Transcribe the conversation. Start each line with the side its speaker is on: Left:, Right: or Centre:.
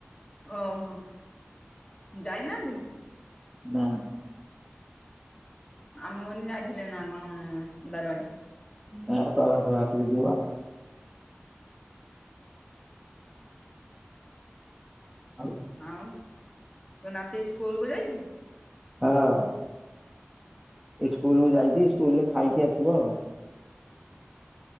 Left: ଓହୋ ଯାଇନାହାନ୍ତି?
Centre: ନାଁ।
Left: ଆ ମୁକଇଁନି ଯାଇଥିଲେନା କଣ ବାରବାଟି।
Centre: ନାଁ ତରାପୁର ହାଟକୁ ଯିବ। ଆଉ କଁ?
Left: ଆଉ ତ ନାତି ସ୍କୁଲକୁ ଯାଇଚି?
Centre: ହଁ। ଇସ୍କୁଲକୁ ଯାଇଚି ସ୍କୁଲରେ ଖାଇକି ଆସିବ ଆଉ।